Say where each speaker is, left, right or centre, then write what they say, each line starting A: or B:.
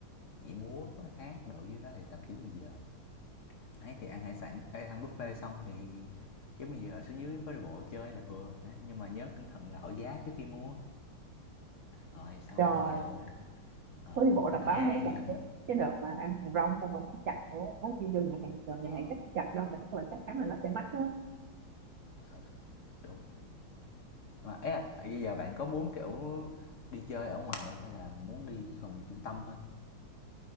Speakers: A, on the left; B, on the right.
A: nhảy múa hát đồ dưới đó thì tầm 9 10 giờ ấy thì ăn hải sản ê, ăn buffet xong thì chứ bây giờ xuống dưới phố đi bộ chơi là vừa Đấy, nhưng mà nhớ cẩn thận là hỏi giá trước khi mua rồi xong
B: Trời
A: ngày đầu ờ,
B: phố đi bộ đọc
A: ngày
B: báo
A: hai
B: thấy chặt
A: thì mình
B: đấy. cái đợt mà ăn hàng rong tao không có chặt nữa nói chi vô nhà hàng rồi nhà
A: ờ
B: hàng chắc không chặt đâu mà chắc là chắc chắn là nó sẽ mắc á
A: ừ, đúng mà ấy là à, bây giờ bạn có muốn kiểu đi chơi ở ngoài không hay là muốn đi phòng trung tâm thôi